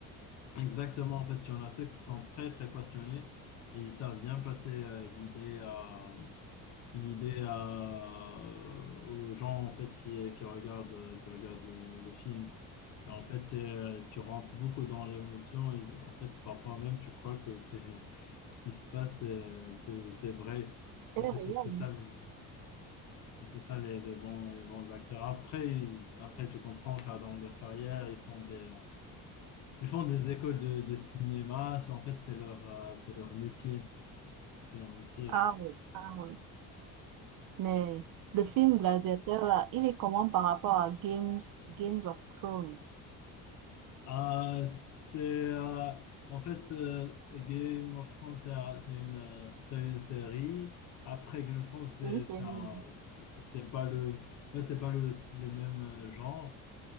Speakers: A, on the left; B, on the right.
A: exactement. En fait, il y en a ceux qui sont très, très passionnés et ils savent bien passer euh, l'idée à, l'idée à, euh, aux gens en fait, qui, qui regardent, qui regardent le le film. Et en fait, euh, tu rentres beaucoup dans l'émotion. et En fait, parfois même, tu crois que c'est <laughs> ce qui se passe, euh, c'est c'est vrai.
B: Elle
A: En
B: est
A: fait,
B: réelle.
A: et c'est ça, le- et c'est ça les, les bons, les bons acteurs. Après, ils- après, tu comprends car dans leur carrière, ils font des, ils font des écoles de, de cinéma. C'est- En fait, c'est leur, euh, c'est leur métier. C'est leur métier.
B: Ah oui, ah oui. Mais le film Gladiateur, là, il est comment par rapport à Games, Games of Thrones?
A: Ah, c'est euh, en fait euh, Game of Thrones, c'est un- c'est une, euh, c'est une série. Après Game of Thrones, c'est
B: C'est une série.
A: c'est un- c'est- c'est pas le ouais, c'est pas le, le même euh, genre.